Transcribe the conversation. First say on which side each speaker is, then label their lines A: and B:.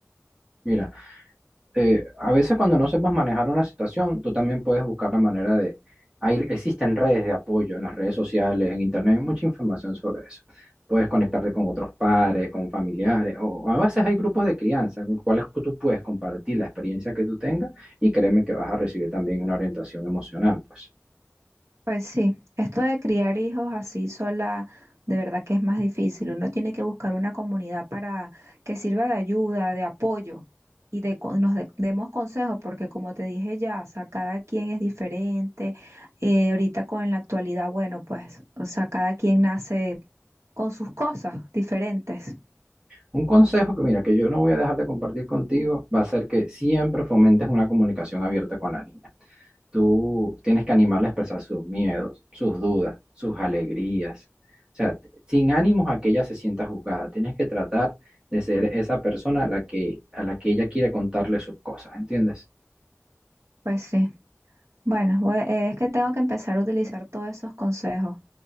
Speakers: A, on the right; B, on the right.
A: Mira. eh, a veces cuando no sepas manejar una situación, tú también puedes buscar la manera de... Hay, existen redes de apoyo en las redes sociales, en internet, hay mucha información sobre eso. Puedes conectarte con otros padres, con familiares, o a veces hay grupos de crianza con los cuales tú puedes compartir la experiencia que tú tengas y créeme que vas a recibir también una orientación emocional, pues.
B: Pues sí, esto de criar hijos así sola, de verdad que es más difícil. Uno tiene que buscar una comunidad para que sirva de ayuda, de apoyo y de, co- nos de- demos consejos, porque como te dije ya, o sea, cada quien es diferente. eh, ahorita con la actualidad, bueno, pues, o sea, cada quien nace con sus cosas diferentes.
A: Un consejo que, mira, que yo no voy a dejar de compartir contigo, va a ser que siempre fomentes una comunicación abierta con la niña. tú tienes que animarle a expresar sus miedos, sus dudas, sus alegrías. O sea, t- sin ánimos a que ella se sienta juzgada. Tienes que tratar de ser esa persona a la que, a la que ella quiere contarle sus cosas, ¿entiendes?
B: Pues sí, bueno, voy- eh, es que tengo que empezar a utilizar todos esos consejos.